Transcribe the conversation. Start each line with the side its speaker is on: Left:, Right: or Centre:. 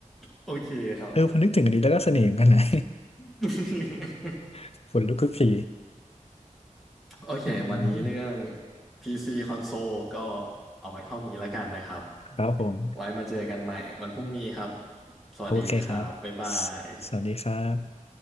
Centre: โอเคครับ
Left: เออพอนึกถึงอันนี้แล้วก็เสน่ห์เหมือนกันนะ
Centre: <laughs>
Left: <laughs> ขนลุกทุกที
Centre: โอเควันนี้เรื่อง
Left: อืม
Centre: PC คอนโซลก็เอาไว้เท่านี้แล้วกันนะครับ
Left: ๆๆครับผม
Centre: ไว้มาเจอกันใหม่วันพรุ่งนี้ครับสวัสดีครับบ๊ายบาย
Left: โอเคครับสสวัสดีครับ